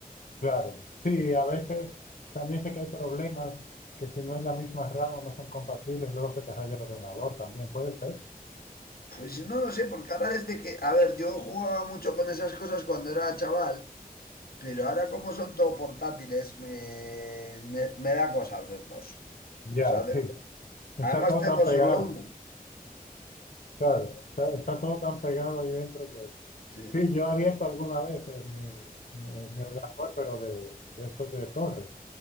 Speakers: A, on the left; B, on the left.
A: Claro. Sí, a veces también sé que hay problemas que si no es la misma RAM o no son compatibles, luego se te raya el ordenador también, ¿puede ser?
B: Pues no lo sé, porque ahora desde que, a ver, yo jugaba mucho con esas cosas cuando era chaval, pero ahora como son todo portátiles, me, me, me da cosa abrirlos.
A: Ya,
B: O sea,
A: <laughs> sí.
B: de- de-
A: Está
B: además
A: todo
B: tengo
A: tan pegado,
B: solo uno.
A: claro. Está, está todo tan pegado ahí dentro que...
B: Sí.
A: Sí, yo he abierto alguna vez eh, mi, mi, mi ordenador, pero de, de estos de torres.